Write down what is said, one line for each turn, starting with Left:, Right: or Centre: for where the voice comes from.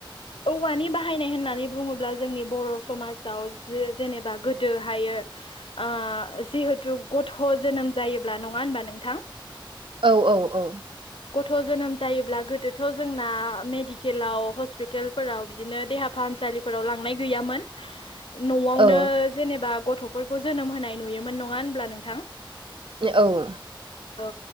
Left: औवानि बाहायनाय होन्नानै बुंओब्ला जोंनि बर' समाजाव जे-जेनेबा गोदोहायो ओ जिहेथु गथ' जोनोम जायोब्ला नङा होनबा नोंथां?
Right: औ औ औ।
Left: गथ' जोनोम जायोब्ला गोदोथ' जोंना मेडिकेलाव हस्पिटालफोराव बिदिनो देहा फाहामसालि फोराव लांनाय गैयामोन न'आवनो
Right: औ
Left: जेनेबा गथ'फोरखौ जोनोम होनाय नुयोमोन नङा होनब्ला नोंथां?
Right: औ
Left: औ